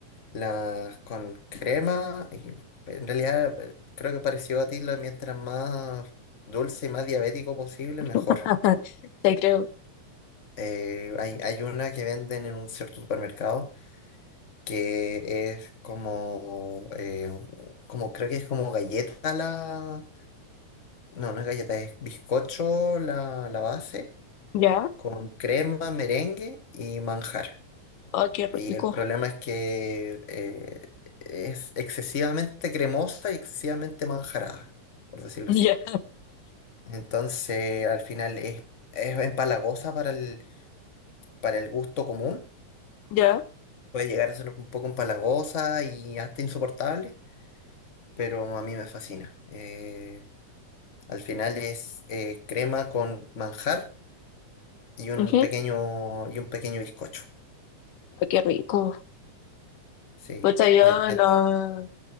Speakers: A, on the left (about 30°); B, on the left (about 85°).
A: las con crema. Y en realidad, eh, creo que pareció a ti, la- mientras más dulce y más diabético posible, mejor.
B: <laughs> Te creo.
A: Eh, hay, hay una que venden en un cierto supermercado que es como, eh, como creo que es como galleta la... No, no es galleta, es bizcocho la, la base
B: ¿Ya?
A: con crema, merengue y manjar.
B: Ay, qué rico.
A: Y el problema
B: <laughs>
A: es que eh, es excesivamente cremosa y excesivamente manjarada, por decirlo
B: Ya,
A: así. Entonces, al final es, es empalagosa para el, para el gusto común.
B: ya.
A: Puede llegar a ser un poco empalagosa y hasta insoportable, pero a mí me fascina. Eh, al final es eh, crema con manjar y un
B: ujú,
A: pequeño, y un pequeño bizcocho.
B: Ay, qué rico.
A: Sí,
B: Pues yo
A: y a- a-
B: no,